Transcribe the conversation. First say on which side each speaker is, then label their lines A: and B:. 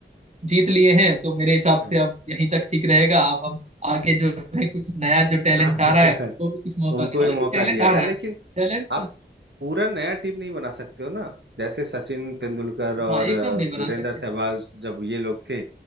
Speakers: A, on the right (about 35°); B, on the right (about 70°).
A: जीत लिए हैं तो मेरे हिसाब से
B: हाँ
A: अब यहीं तक ठीक रहेगा अब हम आगे जो है कुछ नया जो टैलेंट
B: हाँ,
A: आ रहा
B: <laughs>
A: है उनको भी कुछ मौका
B: उनको
A: दें हालांकि
B: भी मौका
A: टैलेंट
B: दिया
A: आ
B: जाए
A: रहा
B: लेकिन
A: है टैलेंट
B: आप पूरा नया टीम नहीं बना सकते हो ना जैसे सचिन तेंदुलकर और
A: हाँ एकदम
B: अ,
A: नहीं बना
B: वीरेंद्र
A: सकते
B: सहवाग जब ये लोग थे